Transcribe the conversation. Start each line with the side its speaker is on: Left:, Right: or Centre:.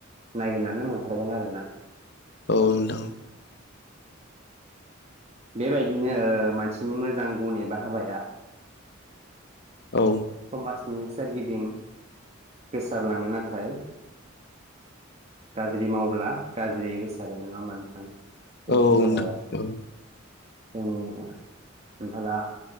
Right: नागिरनानै मोनथारगोन आरोना।
Left: औ नोंथां औ।
Right: बेबायदिनो ओ मानसिनि मोजां गुन एबा हाबाया
Left: औ।
Right: समाजनि सोरगिदिं गोसारलाङो नाथाय गाज्रि मावब्ला गाज्रि गोसारो नङा होमबा नोंथां। जेरै
Left: औ औ
Right: ओ
Left: नोंथां औ।
Right: जोंनि बा हमना ला